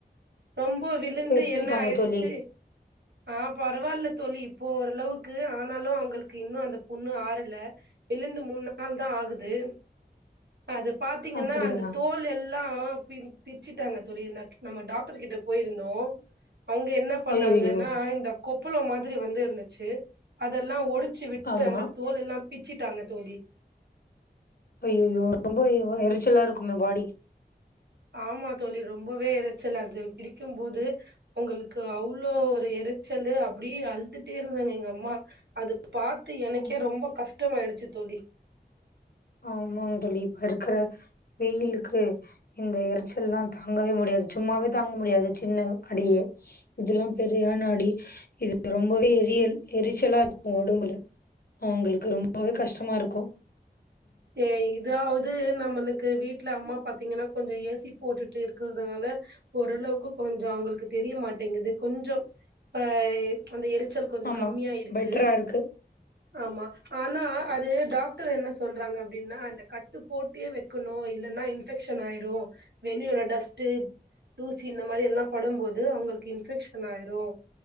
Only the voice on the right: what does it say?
ரொம்ப விழுந்து
என்ன
ஆயிடுச்சு
ஆ பரவால்ல தோழி இப்போ ஓரளவுக்கு ஆனாலு அவுங்களுக்கு இன்னு அந்த புண்ணு ஆறல விழுந்து மூண் நாள் தா ஆகுது அது பாத்தீங்கன்னா
அந்த தோல் எல் லா பின் பிச்சிட்டாங்க தோழி நக் நம்ம டாக்டர் கிட்ட போயிருந்தோ அவுங்க என்ன பண்ணாங்கன்னா
இந்த கொ ப்புளொ மாதிரி வந்து இருந்துச்சு அதெல்லா ஒடு சி விட்டு
அந்த தோல் எல்லாம் பிச்சுட்டாங்க தோழி
ஆமா தோழி ரொம்பவே இறச்சலா அது பிரிக்கும்போது அவுங்களுக்கு அவ்ளோ ஒரு இறச்சல்லு அப்படியே அழுதுட்டே இருந்தாங்க எங்க அம்மா அது பாத்து எனக்கே
ரொம்ப கஷ் டமாயிடுச்சு தோழி
ஏய் இதாவது நம்ம ளுக்கு வீட்டுல அம்மா பாத்தீங்கன்னா கொஞ்சம் ஏ சி போட்டுட்டு இருக்குறதுனால ஓரளவுக்கு கொஞ்சம் அவுங்களுக்கு தெரிய மாட்டேங்குது கொஞ்சம் அ அந்த எரிச்சல் கொஞ்சம்
கம்மியா இருக்கு
ஆமா ஆனா அது டாக் டர் என்ன சொல்றாங்க அப்படின்னா அந்த கட்டு போட்டே வைக்கணும் இல்லைன்னா இன்ஃபெக்ஷன் ஆயிரும் வெளியோட டஸ்ட் தூசி இந்த மாதிரி எல்லாம் படும்போது அவுங்களுக்கு இன்ஃபெக்ஷன் ஆயிரும்